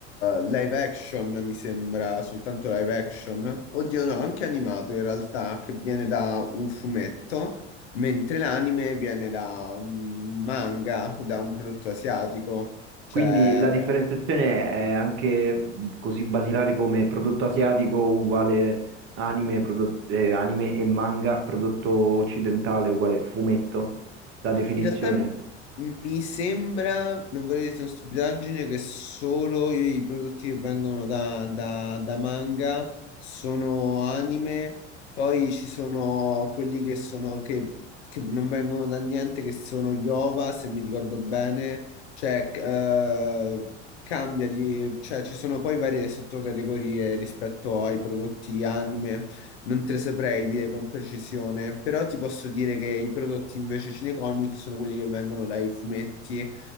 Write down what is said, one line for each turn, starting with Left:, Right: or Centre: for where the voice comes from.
Left: live action, mi sembra, soltanto live action. Oddio, no, anche animato in realtà, che viene da un fumetto, mentre l'anime viene da un manga, da un prodotto asiatico. Cioè,
Right: Quindi la differenziazione è anche mm, così basilare come prodotto asiatico uguale anime, prodotto- eh, anime e manga, prodotto occidentale uguale fumetto, la definizione.
Left: In realtà m- mi sembra, non vorrei dire una stupidaggine, che solo i, i prodotti che vengono da, da- da manga sono anime, poi ci sono quelli che sono che, che non vengono da niente, che sono Yova, se mi ricordo bene, cioè eh, cambia di, cioè ci sono poi varie sottocategorie rispetto ai prodotti anime non te le saprei dire con precisione, però ti posso dire che i prodotti invece cinecomic sono quelli che vengono dai fumetti